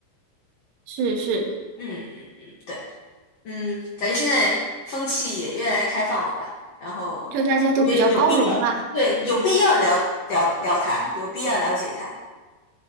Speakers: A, on the right; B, on the left.
A: 是是，
B: 嗯嗯嗯，对，嗯，感觉现在风气也越来越开放了吧？然后
A: 就大家都比较包容啦，
B: 我觉得有必要，对，有必要了了聊它，有必要了解它。